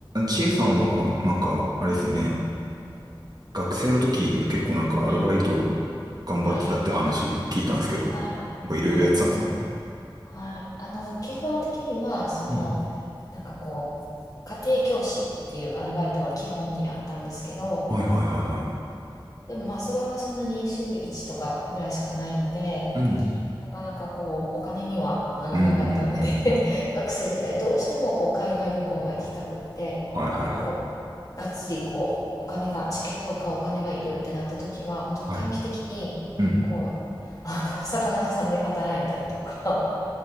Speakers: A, on the right (about 50°); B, on the left (about 40°).
A: ちえさんは、なんか、あれですよね。
B: はい、
A: 学生の時、結構なんかアルバイト
B: はい、
A: 頑張ってたって話聞いたんですけど、
B: はい、
A: な
B: はい、
A: んかいろいろやってたんですか
B: はい、はい。あの、基本的には、その、
A: うん。
B: なんかこう、家庭教師っていうアルバイトが基本にあったんですけど、
A: はいはいはいはい。
B: ででもまあ、それはそんなに週1とかぐらいしかないので、
A: うん。
B: なかなかこうお金にはならなかったので
A: うんうんうんうん。
B: <laughs> 学生時代どうしてもこう海外旅行が行きたくってこうがっつりこうお金がチケットを買うお金がいるってなった時は本当短期的にこうあの魚屋さんで働いたりとか
A: はいはいはい。はい。うん。